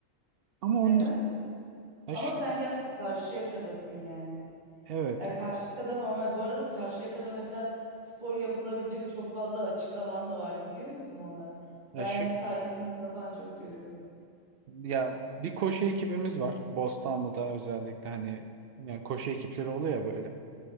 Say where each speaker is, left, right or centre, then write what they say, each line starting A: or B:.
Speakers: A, on the right; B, on the right.
A: Ama
B: Neden?
A: onun dışında ya
B: Ama
A: şu
B: sen gerçi Karşıyaka'dasın yani.
A: evet.
B: Ya Karşıyaka'da normal. Bu arada Karşıyaka'da mesela spor yapılabilecek çok fazla açık alan da var. Gidiyor musun onlara?
A: Ya
B: Ben
A: şu
B: yani sahil kenarında falan çok görüyorum.
A: ya bir koşu ekibimiz var. Bostanlı'da özellikle hani yani koşu ekipleri oluyor ya böyle.